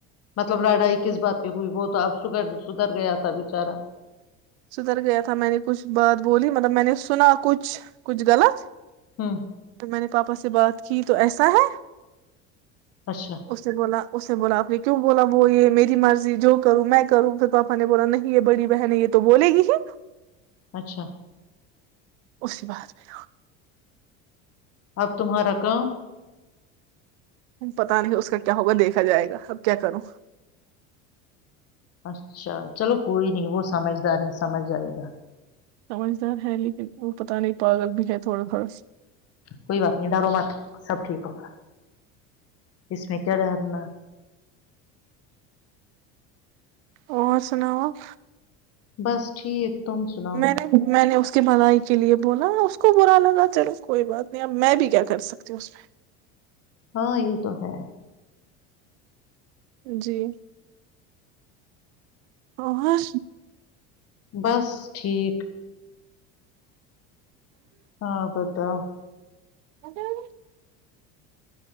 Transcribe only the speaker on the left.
مطلب لڑائی کس بات پہ ہوئی وہ تو اب سدھر سدھر گیا تھا بچارا
ہوں
اچھا
اچھا
اب تمہارا کام
اچھا چلو کوئی نہیں وہ سمجھدار ہے سمجھ جائے گا
کوئی بات نہیں ڈارو مات سب ٹھیک ہوگا اس میں کیا ڈرنا
بس ٹھیک تم سناؤ
ہاں یہ تو ہے
بس ٹھیک ہاں بتاو